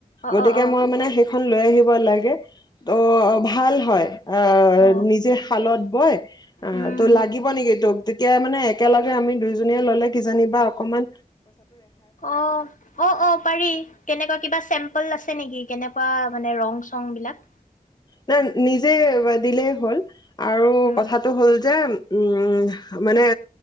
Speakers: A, on the left; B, on the left.
A: অ'
B: গতিকে
A: অ' অ'
B: মই মানে শেষ এখন লৈ আহিব লাগে। অ ভাল হয়, আহ
A: অ'
B: নিজে শালত বয়। অহ
A: উম
B: ত লাগিব নেকি তোক? এতিয়া মানে একেলগে আমি দুইজনীয়ে ল'লে কিজানিব বা অকণমান
A: অহ অহ অহ পাৰি কেনেকুৱা কিবা চেম্পল আছে নেকি কেনেকুৱা মানে ৰং চং বিলাক?
B: অহ নিজে দিলে হ'ল আৰু
A: উম
B: কথাটো হ'ল যে উম মানে